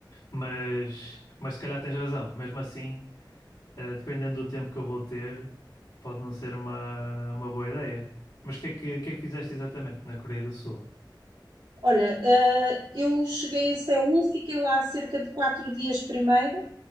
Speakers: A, on the left; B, on the right.
A: Mas, mas se calhar tens razão. Mesmo assim, eh, dependendo do tempo que eu vou ter, pode não ser uma, uma boa ideia. Mas o que é que, que é que fizeste exatamente na Coreia do Sul?
B: Olha, eh, eu cheguei a Seul, fiquei lá cerca de quatro dias primeiro,